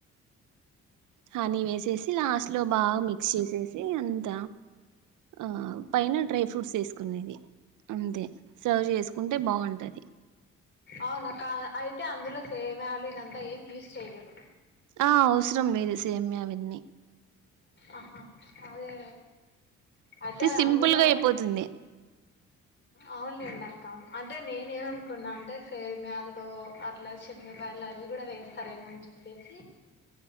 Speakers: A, on the right; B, on the left.
A: హనీ వేసేసి లాస్ట్లో బాగా మిక్స్ ఎసేసి అంత ఆ పైన డ్రై ఫ్రూట్స్ ఏసుకునేది అంతే సర్వ్ చేసుకుంటే బాగుంటది
B: అవునక్కా అయితే అందులో సేమియాలు ఇదంతా ఏం యూజ్ చేయరు
A: ఆ అవసరం లేదు సేమియా విన్నీ
B: ఆహా అదే అయితే అది
A: సింపుల్
B: అందులో
A: గా అయిపోతుంది
B: అవునులేండక్క అంటే నేనేమనుకున్నా అంటే సేమియాలతో అట్లా శనిగబాయల్ అవ్వి కూడా వేస్తారేమో అని చెప్పేసి